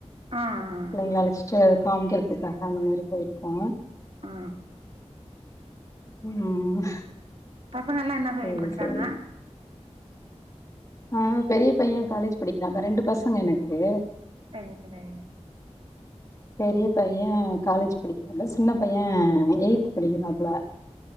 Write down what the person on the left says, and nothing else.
பிள்ளைங்கள
அழைச் சிட்டு காமிக்கிறதுகாக அந்த மாரி போயிருக்கோ
ம்
சரி
சரி ஆ பெரிய பைய காலேஜ் படிக்கிறா இப்ப ரெண்டு பசங்க எனக்கு
பெரிய பைய காலேஜ் படிக்கிறாப்புல, சின்ன பைய எயித் படிக்கிறாப்புல <inaudible>